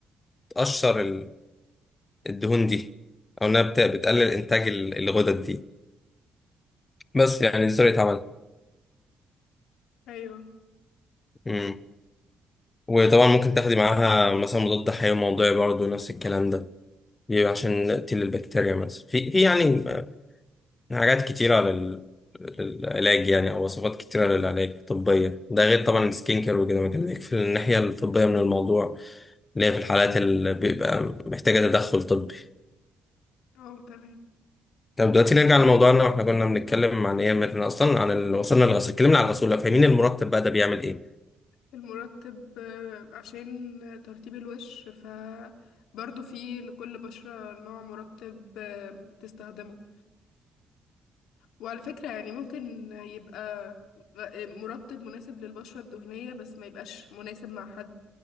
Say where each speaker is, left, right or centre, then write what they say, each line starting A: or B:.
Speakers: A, on the left; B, on the left.
A: بتقشر ال- الدهون دي أو إنها بت- بتقلل إنتاج ال- الغدد دي بس يعني دي طريقة عملها
B: ايوه
A: مم. وطبعا ممكن تاخدي معاها مثلا مضاد حيوي موضعي برضه نفس الكلام ده بيبقى عشان تقتل البكتيريا مثلا في في يعني حاجات كتيرة لل... للعلاج يعني أو وصفات كتيرة للعلاج الطبية ده غير طبعا السكين كير وكده ما كان في الناحية الطبية من الموضوع اللي هي في الحالات اللي بيبقى محتاجة تدخل طبي
B: اه تمام
A: طب دلوقتي نرجع لموضوعنا واحنا كنا بنتكلم عن ايه مثلا أصلا عن ال... وصلنا للغسول اتكلمنا عن الغسول لو فاهمين المرتب بقى ده بيعمل ايه
B: المرطب آه، عشان ترطيب الوش ف برضه في لكل بشرة نوع مرطب آه، تستخدمه وعلى فكرة يعني ممكن يبقى غ- مرطب مناسب للبشرة الدهنية بس ما يبقاش مناسب مع حد